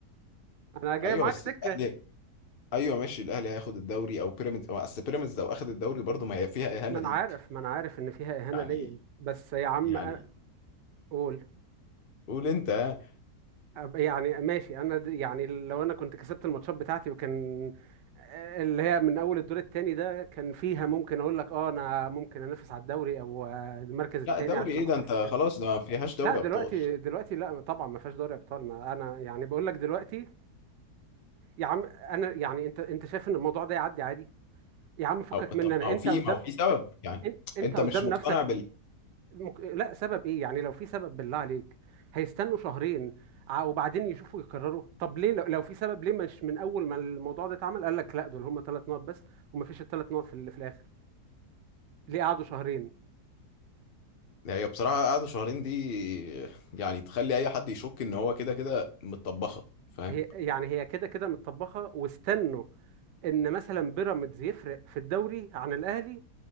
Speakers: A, on the right; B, on the left.
A: انا جاي
B: ايوه
A: معاك
B: بس
A: سكة
B: الاهلي ايوه ماشي الاهلي هياخد الدوري او بيراميدز أو اصل بيراميدز لو اخد الدوري برضه ما هي فيها اهانه
A: ما
B: ليك
A: انا عارف ما انا عارف ان فيها اهانة
B: يعني
A: ليا بس يا عم
B: يعني
A: أ- قول
B: قول انت ها.
A: أب- يعني ماشي انا د- يعني لو انا كنت كسبت الماتشات بتاعتي وكان اللي هي من اول الدور الثاني ده كان فيها ممكن اقول لك اه انا ممكن انافس على الدوري او آه، المركز الثاني
B: لا دوري
A: عشان
B: ايه
A: اخش
B: ده انت
A: افريقيا
B: خلاص ده ما فيهاش دوري
A: لا دلوقتي
B: ابطال
A: دلوقتي لا طبعا ما فيهاش دوري ابطال ما انا يعني بقول لك دلوقتي يا عم انا يعني انت انت شايف ان الموضوع ده يعدي عادي يا عم فكك
B: أو طب
A: مني انا
B: ما هو
A: انت
B: في
A: قدام
B: ما هو في سبب يعني
A: إن- انت
B: انت
A: قدام
B: مش مقتنع
A: نفسك مك... لا سبب ايه يعني لو في سبب بالله عليك هيستنوا شهرين ع- وبعدين يشوفوا يكرروا طب ليه لو, لو في سبب ليه مش من اول ما الموضوع ده اتعمل قال لك لا دول هم ثلاث نقط بس ومفيش الثلاث نقط في, ال- في الاخر ليه قعدوا شهرين
B: يعني هي بصراحة قعدة شهرين دي يعني تخلي أي حد يشك إن هو كده كده متطبخة فاهم
A: هي يعني هي كده كده متطبخه واستنوا ان مثلا بيراميدز يفرق في الدوري عن الاهلي